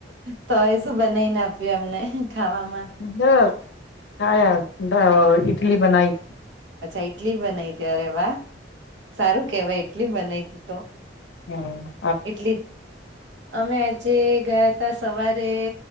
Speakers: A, on the right; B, on the left.
A: તો હવે શું બનાઈ ને આપ પ્યું એમને ખાવામાં?
B: <unintelligible> ઇટલી બનાઈ.
A: અચ્છા ઇટલી બનાઈ તી, અરે વાહ! સારું કહેવાય ઈટલી બનાઈ તી તો.
B: હમ્મ.
A: એટલી જ. અમે આજે ગયા તા સવારે